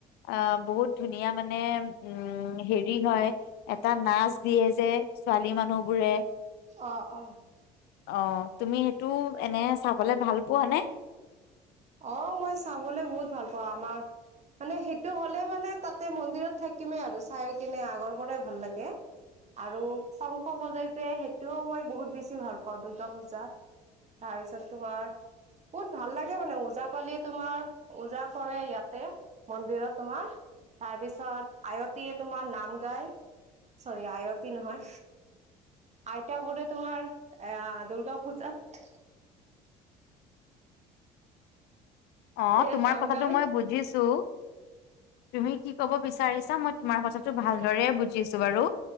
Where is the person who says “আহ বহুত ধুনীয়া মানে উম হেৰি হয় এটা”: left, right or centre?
Left